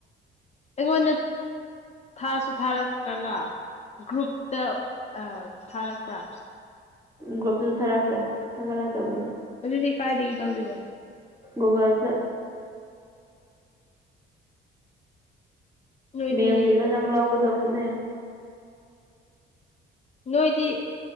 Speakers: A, on the left; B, on the right.
A: ꯑꯩꯉꯣꯟꯗ ꯊꯥꯁꯨ ꯊꯥꯔꯛꯇ꯭ꯔꯒ ꯒ꯭ꯔꯨꯞꯇ ꯊꯥꯔꯛꯄ꯭ꯔꯥ
B: ꯒ꯭ꯔꯣꯞꯇꯨꯁꯨ ꯊꯥꯔꯛꯇ ꯊꯥꯒꯠꯂꯛꯇꯕꯅꯤ
A: ꯑꯗꯨꯗꯤ ꯀꯥꯏꯗ ꯂꯎꯗꯕ
B: ꯨꯒꯨꯒꯥꯜꯗ
A: ꯅꯣꯏꯗꯤ
B: ꯃꯦꯝ ꯀꯤꯗꯣ ꯅꯪ ꯂꯧ ꯀꯨꯗꯄꯅꯦ
A: ꯅꯣꯏꯗꯤ